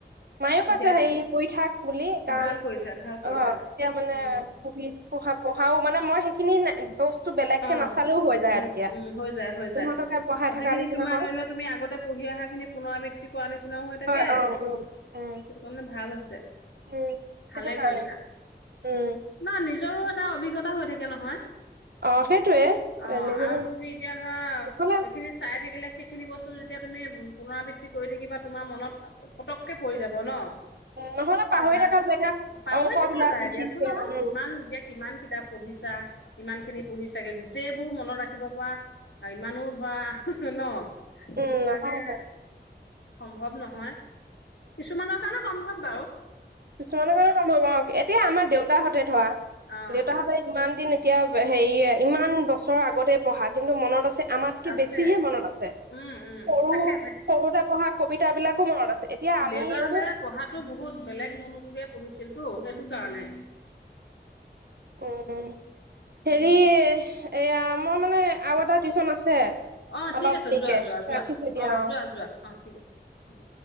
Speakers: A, on the right; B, on the left.
A: মায়েও কৈছে
B: দিয়া
A: হেৰি কৰি থাক বুলি কাৰণ
B: ভাল কৰিছা ভাল কৰিছা
A: অ তেতিয়া মানে
B: উম।
A: পঢ়ি পঢা পঢ়াও মানে মই খিনি বেলেগ কে
B: অ'।
A: নাচালেও হৈ যায়
B: উম
A: আৰু তেতিয়া
B: উম হৈ যায় হৈ
A: সিহঁতকে
B: যায়।
A: পঢ়াই
B: অ'
A: থকা
B: সেইখিনি
A: নিচিনা
B: তোমাৰ
A: হয়
B: ধৰি লোৱা তুমি আগতে পঢ়ি অহা খিনি পুনৰাবৃত্তি কৰ নিচিনাও হৈ থাকে
A: হয়
B: সেইটো
A: অ উম উম
B: কাৰণে ভাল হৈছে ভালে
A: উম সেইটো কাৰণে
B: কৰিছা ন
A: উম
B: নিজ নিজৰো এটা অভিজ্ঞতা হৈ থাকে নহয়
A: অ সেইটোয়ে
B: অ
A: নিজৰ
B: আৰু তুমি এতিয়া ধৰা
A: নহলে
B: এইখিনি চাই থাকিলে সেইখিনি বস্তু যেতিয়া তুমি পুনৰাবৃত্তি কৰি থাকিবা তোমাৰ মনত পতককে পৰি যাব ন এবাৰ
A: নহলে পাহৰি থকা জেগা
B: পাহৰি
A: অংক
B: থাকা
A: বিলাক
B: যায়
A: বিশেষকে
B: দিয়াচোন আহ
A: উম
B: কিমান এতিয়া কিমান কিতাপ পঢ়িছা ইমান খিনি পঢ়ি চাগে গোটেইবোৰ মনত ৰাখিব পৰা ইমানো ধৰা ন
A: উম
B: সেইটো কাৰণে সম্ভৱ নহয় কিছুমানৰ কাৰণে সম্ভৱ বাাৰু
A: কিছুমান কা ব এতিয়া আমাৰ দেউতাহঁতে ধৰ
B: অ
A: দেউতাহঁতে ইমান দিন এতিয়া হেৰি ইমান বছৰৰ আগতে পঢ়া কিন্তু মনত আছে আমাতকে
B: আছে
A: বেছিহে মনত আছে
B: উম উম
A: সৰু
B: থাকে
A: সৰুতে পঢ়া কবিতাবিলাকো মনত আছে এতিয়া আমি
B: দেউতাৰাহঁতেৰে
A: উ
B: পঢ়াতো বহুত বেলেগ মনোযোগে পঢ়িছিল অ হেতু কাৰনে
A: উম
B: সেইটো
A: হেৰি
B: কাৰণে।
A: এয়া মই মানে আৰু এটা টিউচন আছে
B: অ
A: অলপ
B: ঠিক আছে
A: দেৰিকে
B: যোৱা যোৱা যোৱা
A: ৰাখিছো দিয়া
B: অ যোৱা যোৱা অ ঠিক আছে উম